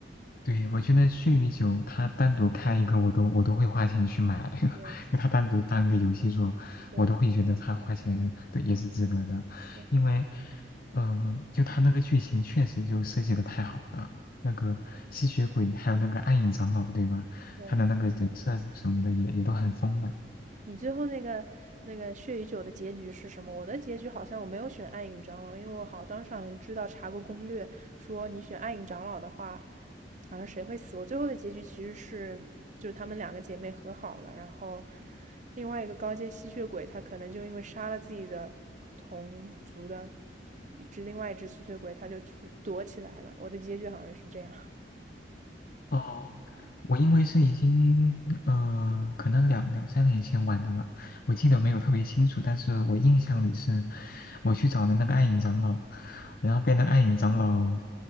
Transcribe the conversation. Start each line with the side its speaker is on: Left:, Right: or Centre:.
Left: 对，我觉得血与酒，它单独开一个，我都我都会花钱去买，<laughs>
Right: 对
Left: 就它单独当一个游戏做，
Right: 对
Left: 我都会觉得它花钱对也是值得的，
Right: 对
Left: 因为，嗯、就它那个剧情确实就设计的太好了，那个吸血鬼还有那个暗影长老，对吧？
Right: 对。
Left: 他的那个人设什么的也也都很丰满。
Right: 你最后那个那个血与酒的结局是什么？我的结局好像我没有选暗影长老，因为我好当时好像知道查过攻略，说你选暗影长老的话，好像谁会死。我最后的结局其实是就是她们两个姐妹和好了，然后另外一个高阶吸血鬼他可能就因为杀了自己的同族的一只另外一只吸血鬼，他就去躲起来了。我的结局好像是这样。<laughs>
Left: 哦，我因为是已经呃，可能两两三年前玩的了，我记得没有特别清楚，但是我印象里是，我去找了那个暗影长老，然后被那个暗影长老，